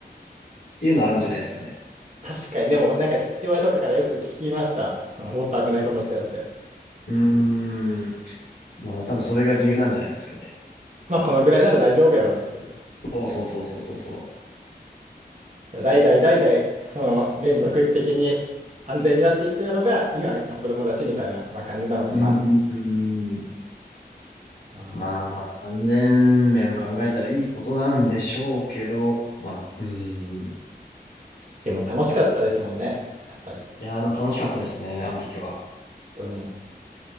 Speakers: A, on the left; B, on the right.
A: ていうのはあるんじゃないですかね。
B: ー、確かに、でもなんか父親とかからよく聞きました。そのもっと危ないことをしてたって。
A: うーん。まあ多分それが理由なんじゃないですかね。
B: まあこのぐらいなら大丈夫やろっていう。
A: そうそうそうそうそうそ
B: さ代々代々その連続的に安全になっていってたのが今の子供たちみたいな、まあ、感じなのかな。
A: う。うーん。
B: あー
A: まあまあ、安全面を考えたらいいことなんでしょうけど、まあ、うーん。
B: でも楽しかったですもんね。やっぱり。
A: いやー、でも楽しかったですね、あの時は。
B: 本当に。